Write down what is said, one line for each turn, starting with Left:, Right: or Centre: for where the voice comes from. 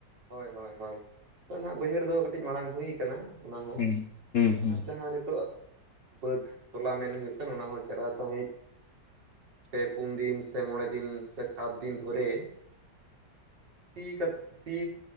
Right: ᱦᱳᱭ ᱦᱳᱭ ᱦᱳᱭ ᱛᱚ ᱱᱟᱜ ᱵᱟᱹᱭᱦᱟᱹᱲ ᱫᱚ ᱠᱟᱹᱴᱤᱡ ᱢᱟᱲᱟᱝ ᱦᱩᱭ ᱠᱟᱱᱟ ᱚᱱᱟ ᱦᱚᱸ
Left: ᱦᱩᱸ ᱦᱩᱸ ᱦᱩᱸ
Right: ᱟᱨ ᱡᱟᱦᱟᱸ ᱱᱤᱛᱚᱜ ᱵᱟᱹᱫᱽ ᱛᱚᱞᱟ ᱢᱮᱱ ᱦᱩᱭᱩᱜ ᱠᱟᱱᱟ ᱚᱱᱟ ᱦᱚᱸ ᱾ ᱥᱮᱬᱟ ᱥᱟᱺᱦᱤᱡ ᱯᱮ ᱯᱩᱱ ᱫᱤᱱ ᱥᱮ ᱢᱚᱬᱮ ᱫᱤᱱ ᱥᱮ ᱥᱟᱛ ᱫᱤᱱ ᱫᱷᱚᱨᱮ ᱥᱤ ᱠᱟᱼᱼᱼ ᱥᱤ